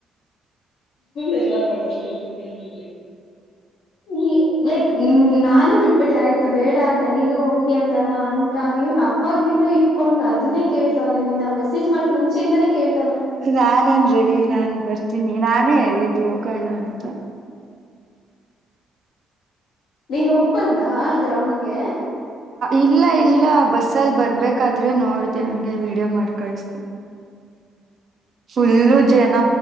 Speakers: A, on the left (about 75°); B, on the right (about 55°).
A: ಲ್ಲ ಪ ನೀನ ಪೀ ಈ ಲೈಕ್ ನಾನೇ ಬಿಟ್ಬಿಟ್ಟೆ ಆಯ್ತು ಬೇಡ ಅಂತ ನೀನು ಓಕೆ ಅಂದಲ್ಲ ಅಂತ ಇವ್ನ್ ಅವಾಗ್ಲಿಂದ ಇಟ್ಕೊಂಡ್ ಅದನ್ನೇ ಕೇಳ್ತಾವ ನಿಮ ನನ್ ಮಸೇ್ ಮಾಡಕ್ ಮುಂಚೆಯಿಂದಾನೇ ಕೇಳ್.
B: ನಾನೇನ್ ರೆಡಿ ನಾನನ್ ಬರ್ತೀನಿ ನಾನೇ ಹೇಳಿದ್ದು ಹೋಗೋಣ ಅಂತ
A: ನೀನ್ ಒಪ್ಪಂದ ಅಲ್ ಗ್ರೌಂಡ್ಗೆ.
B: ಇಲ್ಲ ಇಲ್ಲ ಬಸ್ಸಲ್ಲಿ ಬರ್ಬೇಕಾದ್ರೆ ನೋಡ್ದ ಹಂಗೆ ವೀಡಿಯೋ ಮಾಡಿ ಕಳಸತೆ. ಫುಲ್ಲು
A: ಓಕೆ
B: ಜನ